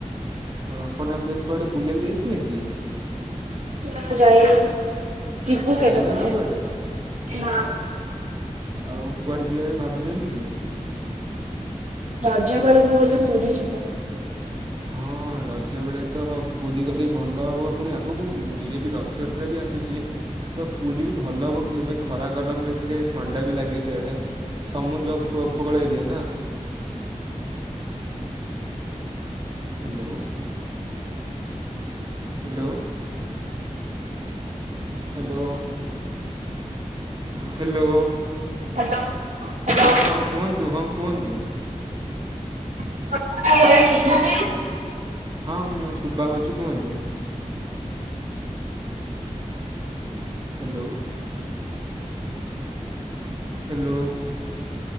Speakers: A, on the right (about 40°); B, on the right (about 70°).
A: ଆଉ ଆପଣ ଏବେ କୁଆଡେ ବୁଲିବାକୁ ଯାଇଥିଲେ କି।
B: ନା ଯାଇନି। ଯିବୁ କେଦେଟେ
A: ଯାଇନାହାନ୍ତି କୁଆଡ଼େ
B: ନା।
A: ଆଉ କୁଆଡେ ଯିବା ପାଇଁ ଭାବିଚନ୍ତି କି?
B: ରଜ ଵେଳୁକୁ ବୋଧେ ପୁରୀ ଯିବୁ।
A: ହଁ ରଜ ବେଳେ ତ ହ-ପୁରୀ ଗଲେ ଭଲ ହବ, ପୁଣି ଆଗକୁ ଇଏ ବି ରଥଯାତ୍ରା ବି ଆସୁଛି ତ ପୁରୀ ବି ଭଲ ହବ, ଏବେ ଖରା ଗରମରେ ଟିକେ ଥଣ୍ଡା ବି ଲାଗେ ସିଆଡେ ସମୁଦ୍ର ଉପକୂଳ ଏରିଆ ନା। Hello. Hello. Hello. Hello,
B: hello hello
A: ହଁ କୁହନ୍ତୁ, ହଁ କୁହନ୍ତୁ।
B: ଆପଣଙ୍କ ଭଏସ ଶୁଭୁଛି
A: ହଁ ମୁଁ ଶୁବା ହଉଚି କୁହନ୍ତୁ। ହ୍ୟାଲୋ। ହ୍ୟାଲୋ।